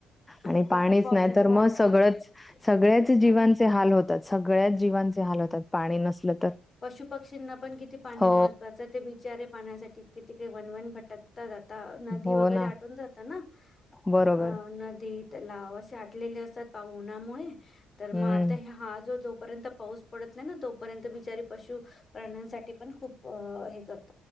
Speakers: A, on the left; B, on the left.
A: आणि
B: खूप
A: पाणीच
B: पावसाची
A: नाही तर
B: वाट
A: मग
B: पाहतात
A: सगळंच सगळ्याच जीवांचे
B: आणि
A: हाल होतात सगळ्याच जी वांचे हाल होतात पाणी नसलं तर
B: पशु-पक्षींना पण किती पाणी
A: हो.
B: महत्त्वाचं आहे ते बिचारे पाण्यासाठी किती कडे वनवन भटकतात. नदी
A: हो
B: वगैरे
A: ना.
B: आटून जात ना
A: बरोबर.
B: आ नदी तलाव आटलेले असतात पा ऊनामुळे तर
A: हं,
B: मग आता हा जो जोपर्यंत पाऊस पडत नाही ना तोपर्यंत बिचारी पशु प्राण्यांसाठी पण खूप हे कर